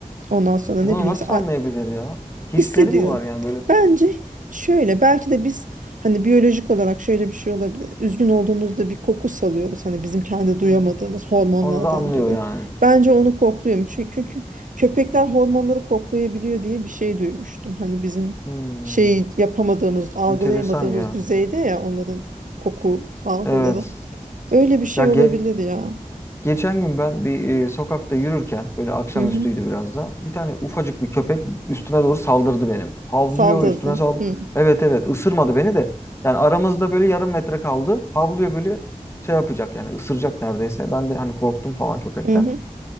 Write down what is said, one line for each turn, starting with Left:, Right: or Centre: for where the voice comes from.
Right: Ondan sonra
Left: Bunu
Right: ne bileyim
Left: nasıl
Right: mesela
Left: anlayabilir ya? Hisleri
Right: hissediyor.
Left: mi var yani böyle?
Right: Bence şöyle belki de biz hani biyolojik olarak şöyle bir şey olabilir. Üzgün olduğumuzda bir koku salıyoruz hani bizim kendi duyamadığımız
Left: Hı. hı.
Right: hormonlardan
Left: Onu da anlıyor
Right: dolayı.
Left: yani.
Right: Bence onu kokluyorum çünkü, çünkü köpekler hormonları koklayabiliyor diye bir şey duymuştum. Hani bizim
Left: Hmm.
Right: şey yapamadığımız, algılayamadığımız
Left: Enteresan ya.
Right: düzeyde ya onların koku algıları.
Left: Evet.
Right: Öyle bir şey
Left: Ya ge-
Right: olabilir ya.
Left: geçen gün ben bir e, sokakta yürürken böyle akşamüstüydü
Right: Hı hı.
Left: biraz da bir tane ufacık bir köpek üstüme doğru saldırdı benim. Havlıyor
Right: Saldırdı.
Left: üstüme saldırdı.
Right: Hı
Left: Evet evet ısırmadı beni de. Yani aramızda böyle yarım metre kaldı. Havlıyor böyle şey yapacak yani ısıracak neredeyse. Ben de hani korktum falan köpekten.
Right: hı. hı.